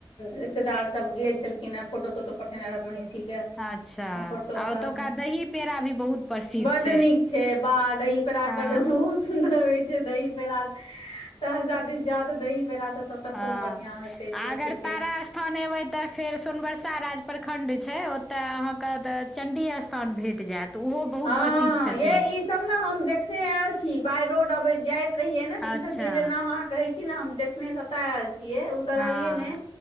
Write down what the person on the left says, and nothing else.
रिश्तेदारसभ गेल छलखिन हँ फोटो तोटो पठेने रहथि महिषीके
फोटो
सब
बड्ड
नीक छै बाद पेरा
ब <unintelligible> बहुत सुंन्दर होइ छै दही पेरा सहरसा दीस जा तऽ दही पेरा सब तऽ
खूब बढ़ियां होते
छै
ठीके
हँ
ये ई सब ने हम देखने आयल छी बाइ रोड अबैत जाइत रहियै ने तऽ
ई सब जे जे नाम अहाँ कहै छियै ने हम देखने सभटा आयल छियै उतरलियै
ने